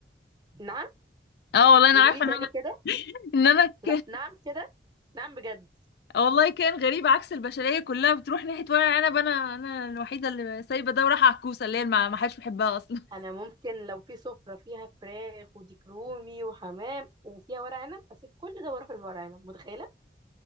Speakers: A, on the right; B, on the left.
A: نعم
B: اه والله انا
A: قولي
B: عارفه
A: لي تاني
B: ان انا
A: كده
B: <laughs> ان انا ك...
A: لا نعم كده نعم بجد
B: والله كان غريب عكس البشريه كلها بتروح ناحيه ورق العنب انا انا الوحيده اللي سايبه ده ورايحه على الكوسه اللي هي ما ما حدش بيحبها اصلا <laughs>
A: انا ممكن لو في سفرة فيها فراخ وديك رومي وحمام وفيها ورق عنب اسيب كل ده واروح للورق عنب متخيلة